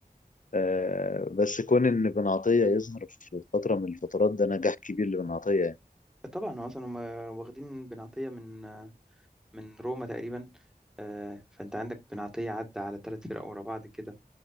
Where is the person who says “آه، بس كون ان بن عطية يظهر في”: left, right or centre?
Left